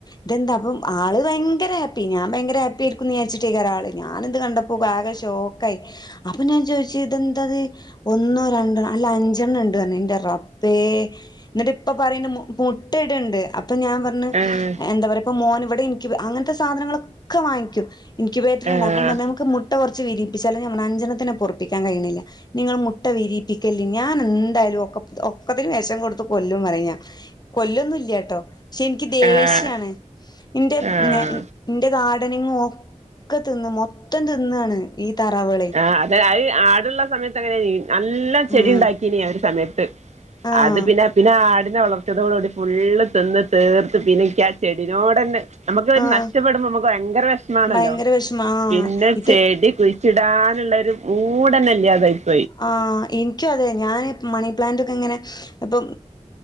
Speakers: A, on the left; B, on the right.
A: ഇതെന്താ അപ്പം ആള് ഭയങ്കര ഹാപ്പി ഞാൻ ഭങ്കര ഹാപ്പി ആയിരിക്കുന്നു വിചാരിച്ചിട്ടേ ആള് ഞാന് എന്ത് കണ്ടപ്പോ ആകെ ശോക്ക അപ്പൊ ഞാൻ ചോദിച്ച് ഇതെന്താത് ഒന്നോ രണ്ടോ അല്ല അഞ്ചെണ്ണം ഉണ്ട് പറ എന്റെറെ റബ്ബേ അപ്പേ എന്നിട്ട് ഇപ്പൊ പറയുന്ന മുട്ടയിട്ണ്ട് അപ്പൊ ഞാൻ പറഞ്ഞ്
B: ആഹ്
A: എന്താ പറയപ്പ ഫോൻ ഇവിടെ ഇൻക്യുബ അങ്ങനത്തെ സാധനങ്ങളൊക്കെ വാങ്ങിക്കും ഇൻക്യുബേറ്റർ
B: ആഹ്
A: ഉണ്ട് അപ്പം നമുക്ക് മുട്ട കുറച്ച് വിരിയും ിച്ചാലും ഞ അഞ്ചനത്തിനെപൊറപ്പിക്കാൻ കഴിയണില്ല നിങ്ങൾ മുട്ട വിരിയിപ്പിക്കല്ലീ ഞാൻ എന്തായാലും ഒെ ഒക്കത്തിന് വിശം കൊടുത്ത് കൊല്ലും പറഞ്ഞ് കൊല്ലൊന്നുംല്ലട്ടോ പക്ഷെ എനിക്ക് ദേഷ്യാണ്
B: ആഹ്
A: എന്റെ
B: ആഹ്
A: ൻ്റെ നാടി <unintelligible> ഒക്കെ തിന്ന് മൊത്തം തിന്നാണ് ഈ താറാവുകളെ
B: ആഹ് അതെ അത് ആടുള്ള സമയത്ത് അങ്ങനെ നല്ല ചെടി
A: ആഹ്
B: ഉണ്ടാക്കീനി ആ ഒരു സമയത്ത്
A: ആഹ്
B: അത് പിന്നെ പിന്നെ ആട് വളർത്തിയതോട കൂടി ഫുള് തിന്ന് തീർത്ത് പിന്നേക്കാ ചെടിനോട്ന്നെ നമുക്ക്
A: ആഹ്
B: നഷ്ടപ്പെടുമ്പോ നമുക്ക് ഭയങ്കര വിഷമാണല്ലോ
A: ഭയങ്കര വിഷമ ആഹ്
B: പിന്നെ
A: ഇത്
B: ചെടി കുഴി ച്ചിടാനുള്ളരു മൂഡ്തന്നെല്യതായി
A: ആ എനിക്കും അതെ ഞാൻ മണി പ്ലാന്റൊക്കെ ഇങ്ങനെ ഇപ്പം